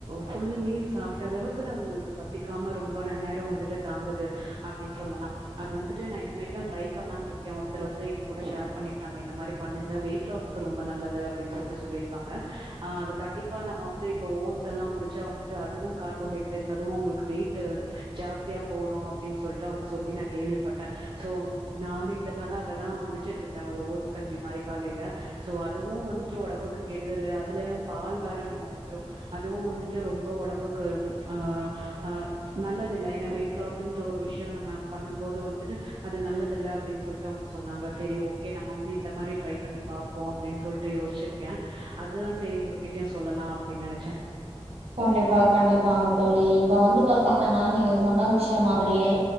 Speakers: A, on the right; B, on the right.
A: ஃபுல் மீல் சாப்ட அளவுக்கு நா உங்ளுக்கு பசிக்காம ரொம்ப நேரோ வந்துட்டு தாங்குது அப்டினு சொல்லலா அது வந்துட்டு நா இனமேட்தா ட்ரை பண்லான்ருக்கே ஒருத்தர் வந்து எ கூட ஷேர் பண்ணிக்டாங்க இந்த மாரி பண்ணுங்க வெயிட் லாஸ்கு ரொம்ப நல்லது அப்டின் சொல்ட்டு சொல்லிருக்காங்க ஆ அது கண்டிப்பா நம்ம வந்து இப்ப ஓ ஸலா குடிச்சா வந்துட்டு அதுவு கார்போஹைட்ரேட்ஸ் அதுவு உங்ளுக்கு வெய்டூ ஜாஸ்தியா போடு அப்டின் சொல்ட்டு அவுங்க சொல்லி நா கேள்விபட்ட சோ நா வந்து இத்தன் நாளா அததா குடிச்சுட்ருந்தே ஒரு ஓட்ஸ் கஞ்சி மாரி காலேல சோ அதுவு வந்துட்டு ஒடம்புக்கு கெடுதலு அதுலயு பால் வேற நம்ம ஊத்தரோ அதுவு வந்துட்டு ரொம்ப ஒடம்புக்கு ஆ ஆ நல்லதுல்ல எனா வெயிட்லாஸுன்ற ஒரு விஷ்யோ நம்ம பண்ணும்போது வந்துட்டு அது நல்லதுல்ல அப்டின் சொல்ட்டு அவுங்க சொன்னாங்க செரி ஓகே நம்ம வந்து இந்த மாரி ட்ரை பண்ணி பாப்போ அப்டின் சொல்ட்டு யோச்சுருக அதுதா செரி உங்ககிட்யு சொல்லலா அப்டின் நெனச்ச
B: கண்டிப்பா கண்டிப்பாங்க தோழி இப்ப வந்து பாத்தீங்கனா நீங்க சொன்ன விஷயோ மாதிரியே